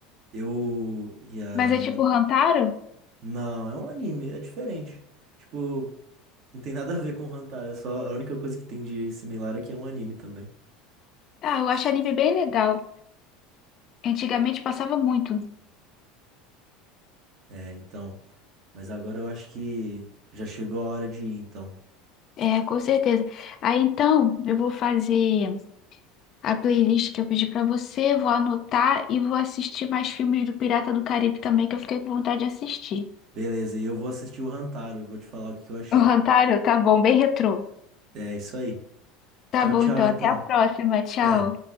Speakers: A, on the right (about 50°); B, on the left (about 45°).
A: Eu. E a
B: Mas é
A: minha.
B: tipo
A: nam-
B: Hantaro?
A: Não, é um anime, é diferente. Tipo. Não tem nada a ver com Hantaro, é só a única coisa que tem de similar é que é um anime também.
B: Ah, eu acho anime bem legal. Antigamente passava muito.
A: É, então. Mas agora eu acho que já chegou a hora de ir, então.
B: É, com certeza. Aí então, eu vou fazer a playlist que eu pedi pra você, vou anotar e vou assistir mais filmes do Pirata do Caribe também, que eu fiquei com vontade de assistir.
A: Beleza, e eu vou assistir o Hantaro e vou te falar o que que eu achei.
B: O Hantaro, tá bom, bem retrô.
A: É isso aí.
B: Tá
A: Tchau,
B: bom,
A: tchau,
B: então.
A: então.
B: Até a próxima. Tchau.
A: Até.